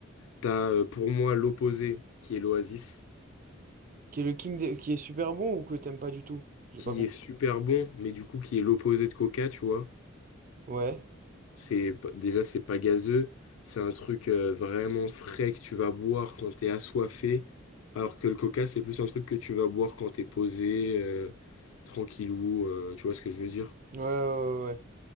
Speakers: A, on the left (about 70°); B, on the right (about 40°).
A: T'as euh, pour moi l'opposé qui est l'Oasis,
B: Qui est le king de- qui est super bon ou que t'aimes pas du tout? J'ai
A: qui
B: pas compris.
A: est super bon, mais du coup qui est l'opposé de Coca, tu vois.
B: Ouais.
A: C'est déjà c'est pas gazeux, c'est un truc euh, vraiment frais que tu vas boire quand t'es assoiffé, alors que le coca c'est plus un truc que tu vas boire quand t'es posé, euh, tranquillou, euh, tu vois ce que je veux dire?
B: Ouais, ouais, ouais. ouais.